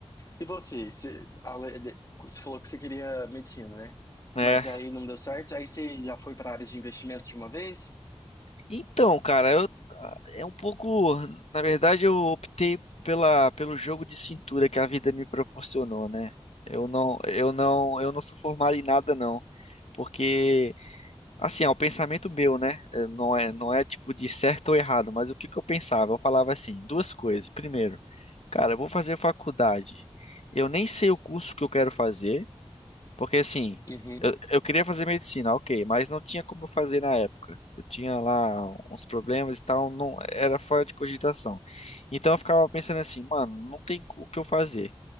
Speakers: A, on the left (about 35°); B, on the left (about 85°).
A: E você? Você, ale- de- você falou que você queria medicina, né?
B: É.
A: Mas aí não deu certo. Aí você já foi pra área de investimento de uma vez?
B: Então, cara, eu é um pouco, na verdade, eu optei pela pelo jogo de cintura que a vida me proporcionou, né? Eu não, eu não, eu não sou formado em nada não, porque Assim, é o pensamento meu, né? É, Não é, não
A: <laughs>
B: é tipo de certo ou errado, mas o que que eu pensava? Eu falava assim, duas coisas. Primeiro, cara, eu vou fazer faculdade. Eu nem sei o curso que eu quero fazer. Porque assim,
A: Uhum.
B: eu, eu queria fazer medicina, ok, mas não tinha como eu fazer na época. Eu tinha lá uns problemas e tal, não era fora de cogitação. Então eu ficava pensando assim, mano, não tem o que eu fazer.